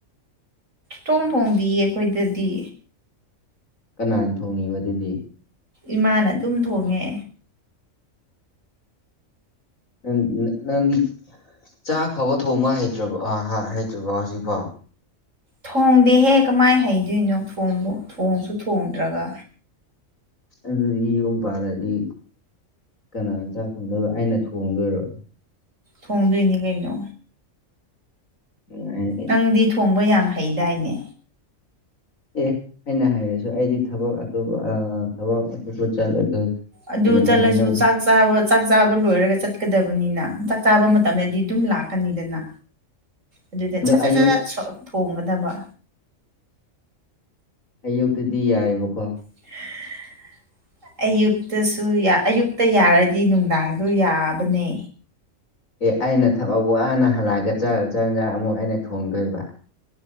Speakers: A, on the right; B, on the left.
A: ꯊꯣꯡ ꯊꯣꯡꯗꯤꯌꯦ ꯑꯩꯈꯣꯏꯗꯗꯤ
B: ꯀꯅꯥꯅ ꯊꯣꯡꯉꯤꯕ ꯑꯗꯨꯗꯤ?
A: ꯏꯃꯥꯅ ꯑꯗꯨꯝ ꯊꯣꯡꯉꯦ꯫
B: ꯪ ꯅꯪꯗꯤ ꯆꯥꯛ ꯐꯥꯎꯕ ꯊꯣꯡꯕ ꯍꯩꯇ꯭ꯔ ꯍꯩꯇ꯭ꯔꯤꯕ ꯍꯧꯖꯤꯛꯐꯥꯎ?
A: ꯊꯣꯡꯗꯦꯍꯦ ꯀꯃꯥꯏꯅ ꯍꯩꯗꯣꯏꯅꯣ ꯊꯣꯡꯕꯣ ꯊꯣꯡꯁꯨ ꯊꯣꯡꯗ꯭ꯔꯒ꯫
B: ꯑꯗꯨꯗꯤ ꯌꯨꯝ ꯄꯥꯂꯗꯤ ꯀꯅꯥꯅ ꯆꯥꯛ ꯈꯪꯗꯣꯏꯕ ꯑꯩꯅ ꯊꯣꯡꯗꯣꯏꯔꯣ?
A: ꯊꯣꯡꯗꯣꯏꯅꯤ ꯀꯩꯅꯣ꯫
B: <unintelligible>
A: ꯅꯪꯗꯤ ꯊꯣꯡꯕ ꯌꯥꯝ ꯍꯩꯗꯥꯏꯅꯦ
B: ꯑꯦ ꯑꯩꯅ ꯍꯥꯏꯔꯁꯨ ꯑꯩꯗꯤ ꯊꯕꯛ ꯑꯇꯣꯞꯄ ꯊꯕꯛ ꯑꯇꯣꯞꯄ ꯆꯠꯂꯒ
A: ꯑꯗꯨ
B: ꯀꯩꯅꯣ
A: ꯆꯠꯂꯁꯨ
B: ꯇꯧꯅꯤ ꯅꯪ
A: ꯆꯥꯛ ꯥꯛ ꯆꯥꯕ ꯆꯥꯛ ꯆꯥꯕ ꯂꯣꯏꯔꯒ ꯆꯠꯀꯗꯕꯅꯤꯅ ꯆꯥꯛ ꯆꯥꯕ ꯃꯇꯝꯗꯗꯤ ꯑꯗꯨꯝ ꯂꯥꯛꯀꯅꯤꯗꯅ꯫ ꯑꯗꯨꯗ
B: ꯑꯗꯣ
A: ꯁꯠ ꯁꯠ
B: ꯑꯌꯨꯛ
A: ꯁꯠ ꯁꯠ ꯁ ꯑ ꯊꯣꯡꯒꯗꯕ
B: ꯑꯌꯨꯛꯇꯗꯤ ꯌꯥꯏꯑꯦꯕꯀꯣ
A: <inaudible> ꯑꯌꯨꯛꯇꯁꯨ ꯌꯥ ꯑꯌꯨꯛꯇ ꯌꯥꯔꯗꯤ ꯅꯨꯡꯗꯥꯡꯁꯨ ꯌꯥꯕꯅꯦ
B: ꯑꯦ ꯑꯩꯅ ꯊꯕꯛ ꯋꯥꯅ ꯍꯜꯂꯛꯑꯒ ꯆꯥꯛ ꯆꯥꯛ ꯏꯟꯁꯥꯡ ꯑꯃꯨꯛ ꯑꯩꯅ ꯊꯣꯡꯗꯣꯏꯕ